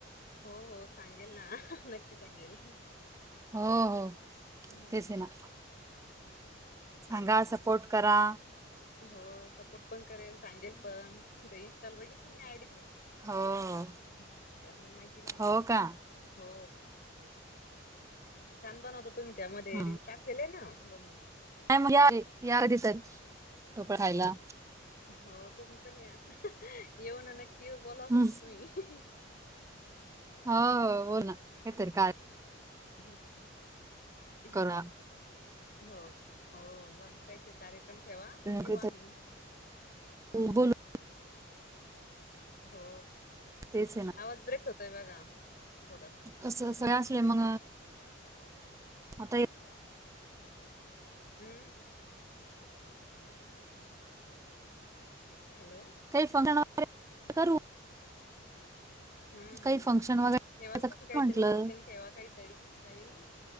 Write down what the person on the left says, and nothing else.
हो हो, सांगेल ना, नक्की सांगेल.
हम्म.
हो सपोर्ट पण करेल, सांगेल पण. ते इनस्टाला बघितली मी आयडी
<unintelligible> ह त्यामुळे माहिती झालं
मला.
हो छान बनवता तुम्ही! त्यामध्ये
रील टाकलेल आहे ना बनवून.
हो, तुम्ही पण या. येऊ ना न येऊ, बोलवा
फक्त तुम्ही.
ह
हा हो. हो, <unintelligible> काहीतरी कार्यक्रम ठेवा मग येऊ
आम्ही.
हो,
आवाज ब्रेक होतोय बघा, थोडासा.
हम्म. हॅलो!
हम्म
हम्म,
ठेवा न
तस
काहीतरी
फंक्शन. ठेवा काहीतरी नवीन,